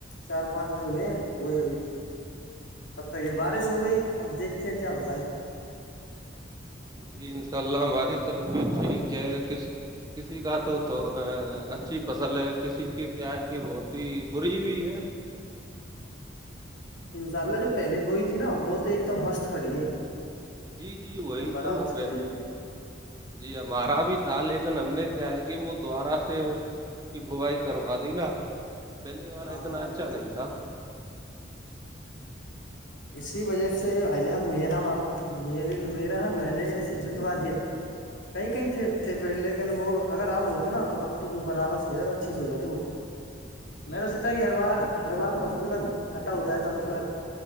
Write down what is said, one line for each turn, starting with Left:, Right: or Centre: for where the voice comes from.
Left: چار پانچ دن ہوئے ہیں وہی ابھی تب تک یہ بارش
Right: جی
Left: ہو گئی آپ دیکھتے ہیں کیا ہوتا ہے
Right: جی انشاء اللہ ہماری طرف بھی تھی کیا کس کسی کا تو اچھی فصل ہے کسی کی کیا ہے کہ بہت ہی بری بھی ہے
Left: انشاء اللہ جو پہلے بوئی تھی نا وہ تو ایک دم مست کھڑی ہے
Right: جی جی
Left: ایک
Right: وہی
Left: دم برابر
Right: تو ہو
Left: سے
Right: پہ
Left: بڑھیا
Right: جی ہمارا
Left: ہاں
Right: بھی تھا لیکن ہم نے کیا ہے کہ وہ دوارہ سے اس کی بوائی کروا دینا پہلے والا
Left: ہاں
Right: اتنا
Left: ہاں
Right: اچھا
Left: تو
Right: نہیں تھا
Left: اسی وجہ سے اجہان مرا م میرا ن میں نے بھی ایسے جتوا دیا کہیں کہیں تھے تھے پیڑ لیکن وہ اگر اب ہوتے نا تو اب تو خوب برابر سے ہو جاتا اچھے سے ہو جاتے وہ
Right: جی
Left: میں نے سوچا
Right: جی
Left: کہ ہر بار ہر بار فصل میں گھٹا ہوتا ہے سب کی بار